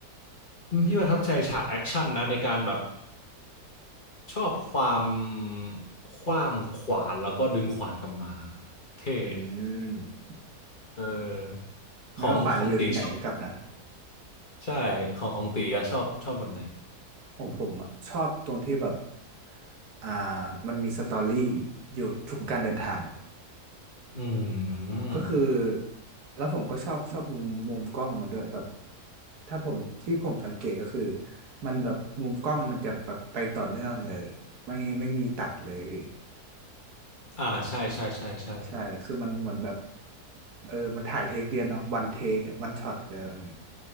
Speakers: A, on the left; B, on the right.
A: อืมพี่ประทับใจฉากแอคชั่นนะในการแบบชอบความขว้างขวานแล้วก็ดึงขวานกลับมาเท่
B: อืม
A: เออ
B: ไม่ว่าขวานจะอยู่ที่ไหนก็กลับนะ
A: ของของตีชอบใช่ของของตีอะชอบชอบแบบไหน
B: ผมผมอะชอบตรงที่แบบอ่ามันมีสตอรี่อยู่ทุกการเดินทาง
A: อืม
B: ก็คือแล้วผมก็ชอบชอบมุมมุมกล้องมันด้วยแบบถ้าผมที่ผมสังเกตก็คือมันแบบมุมกล้องมันจะแบบไปต่อเนื่องเลยไม่ไม่มีตัดเลย
A: อ่าใช่ใช่ใช่ใช่
B: ใช่คือมันเหมือนแบบเออมันถ่ายเทคเดียวเนาะวันเทควันช็อตอะไรแบบนี้